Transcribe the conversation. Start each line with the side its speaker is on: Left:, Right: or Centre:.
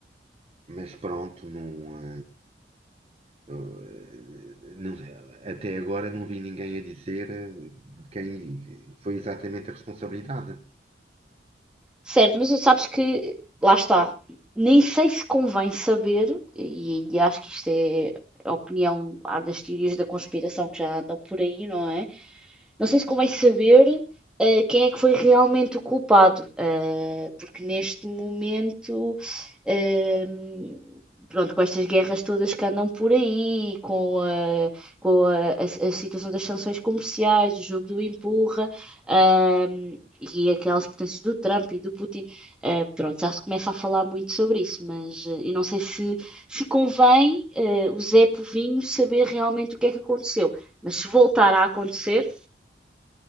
Right: mas pronto, não, ah, eh, não- até agora não vi ninguém a dizer eh, de quem foi exatamente a responsabilidade.
Centre: Certo, mas sabes que, lá está, nem sei se convém saber, e, e acho que isto é a opinião há das teorias da conspiração que já andam por aí, não é? Não sei se convém saber eh, quem é que foi realmente o culpado, eh, porque neste momento, eh, pronto, com estas guerras todas que andam por aí, com a, com a, a- a situação das sanções comerciais, o jogo do empurra, ahm, e aquelas potências do Trump e do Putin, eh, pronto, já se começa a falar muito sobre isso, mas eh, eu não sei se, se convém eh, o Zé Povinho saber realmente o que é que aconteceu, mas se voltar a acontecer